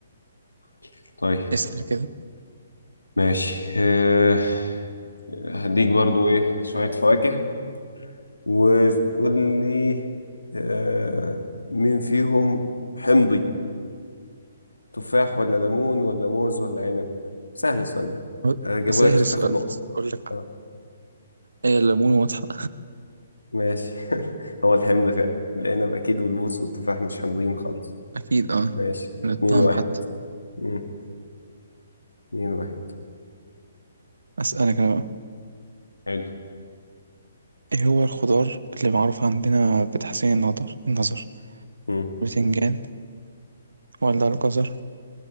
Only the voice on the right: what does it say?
اسأل كده
هو-
سهل
السؤال
ده اقول لك
ايه الليمون واضحة
اكيد اه
من الطعم
حتى
اسألك انا بقى
ايه هو الخضار اللي معروف عندنا بتحسين النظر النظر
البتنجان ولا الجزر